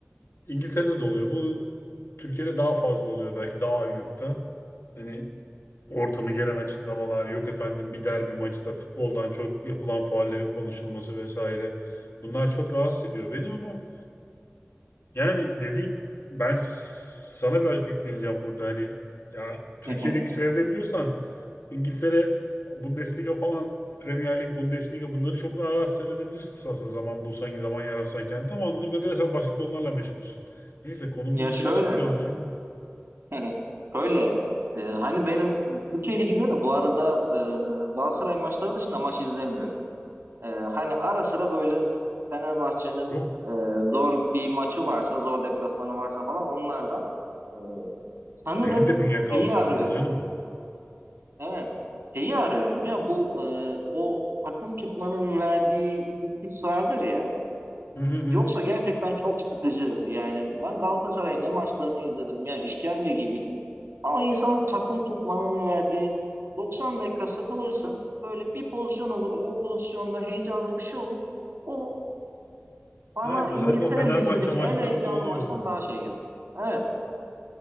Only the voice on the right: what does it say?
<laughs> hı hı.
Ya
şöyle,
<laughs> şöyle e, hani benim Türkiye Ligi'nde de bu arada e, Galatasaray maçları dışında maç izlemiyorum. E, hani ara sıra böyle Fenerbahçe'nin
e, zor bir maçı varsa, zor deplasmanı varsa falan onlar da e, sanırım
şeyi arıyorum.
Evet. Şeyi arıyorum ya bu e, o takım tutmanın verdiği bir his vardır ya.
Yoksa gerçekten çok sıkıcı. Yani ben Galatasaray'ın ne maçlarını izledim ya işkence gibiydi. Ama insan o takım tutmanın verdiği 90 dakika sıkılırsın. Böyle bir pozisyon olur. O pozisyonda heyecanlı bir şey olur. O bana
İngiltere
Ligi'ndeki
en heyecanlı
maçtan daha şey gelir. Evet.